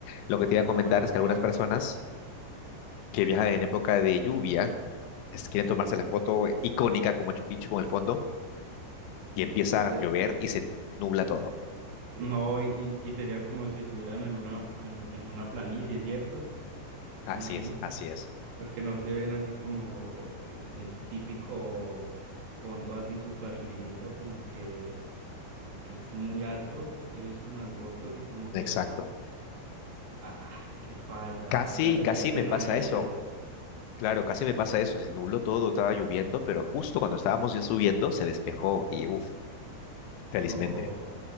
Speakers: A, on the left (about 85°); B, on the right (about 65°).
A: Lo que te
B: Ah,
A: iba a comentar es
B: vale,
A: que algunas personas que viajan en época de lluvia es- quieren tomarse
B: sí.
A: la foto icónica con Machu Picchu con el fondo y empieza
B: Eh,
A: a llover y se nubla todo.
B: no, y, y y sería como si estuvieran en una, en, en una planicie, ¿cierto?
A: Así
B: Me imagino.
A: es, así es.
B: Porque no se ven así como el típico fondo así súper lindo, como que, que es muy alto. He visto en las fotos y como
A: Exacto.
B: que Ah, qué falla.
A: Casi,
B: O sea que
A: casi
B: pierden
A: me pasa
B: la ida.
A: eso. Claro, casi me pasa eso. Se nubló todo, estaba lloviendo, pero justo cuando estábamos ya subiendo se despejó y uff,
B: <laughs>
A: felizmente.
B: Ojo.